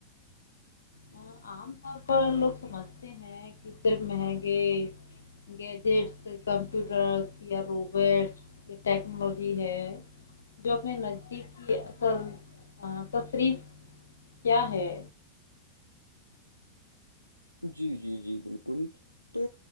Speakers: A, on the left (about 65°); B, on the left (about 85°).
A: ہاں آام طور پر لوگ سمجھتے ہیں کہ صرف مہنگے گیجٹس کمپیوٹرس یا روبٹس یہ ٹیکنالوجی ہے جو اس میں نزدیک کی اصل تصریف کیا ہے
B: جی جی جی بالکل تو